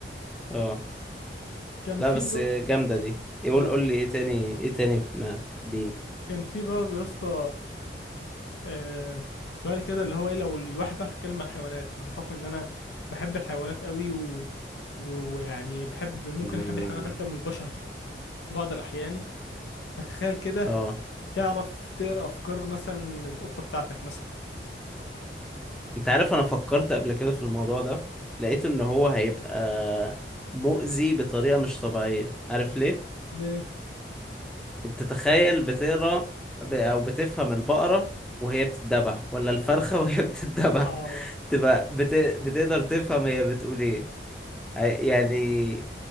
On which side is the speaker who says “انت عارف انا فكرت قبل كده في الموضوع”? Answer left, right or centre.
Centre